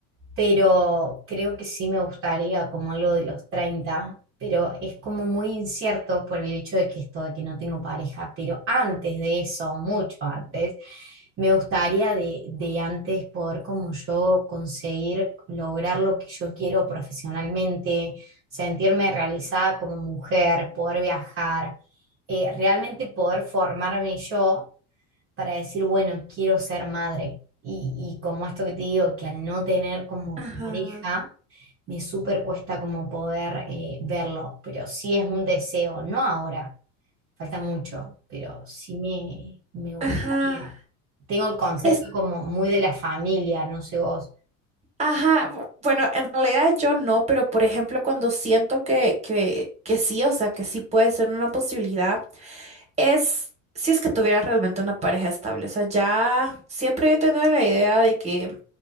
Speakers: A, on the right (about 35°); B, on the right (about 15°).
A: pero creo que sí me gustaría como algo de los treinta pero es como muy incierto por el hecho de que esto, de que no tengo pareja, pero antes de eso, mucho antes, me gustaría de, de antes poder como yo conseguir lograr lo que yo quiero profesionalmente, sentirme realizada como mujer, poder viajar, eh, realmente poder formarme yo para decir, bueno, quiero ser madre. Y, y como esto que te digo, que al no tener como
B: Ajá,
A: pareja, me súper cuesta como poder eh, verlo, pero sí es un deseo, no ahora, falta mucho, pero sí me, me gustaría.
B: ajá.
A: Tengo el concepto
B: Es,
A: como muy de la familia, no sé vos.
B: ajá, bu- bueno, en realidad yo no, pero por ejemplo, cuando siento que, que, que sí, o sea, que sí puede ser una posibilidad. es si es que tuviera realmente una pareja estable. O sea, ya siempre yo he tenido la idea de que